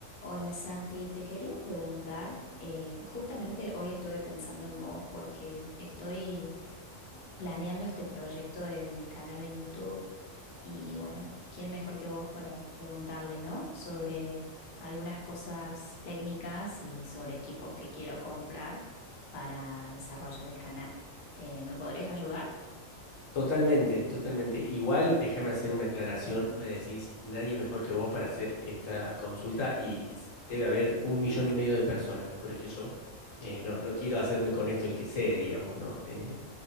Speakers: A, on the left; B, on the left.
A: Hola Santi, te quería preguntar, eh, justamente hoy estuve pensando en vos porque estoy planeando este proyecto de mi canal en YouTube y bueno, ¿quién mejor que vos para preguntarle, ¿no? Sobre algunas cosas técnicas y sobre equipos que quiero comprar para desarrollar el canal. Eh, ¿me podrías ayudar?
B: Totalmente, totalmente. Igual déjame hacer una aclaración. Me decís, nadie mejor que vos para hacer esta consulta y s- debe haber un millón y medio de personas mejores que yo. Eh, no, no quiero hacerme con esto el que sé, digamos, ¿no? Eh,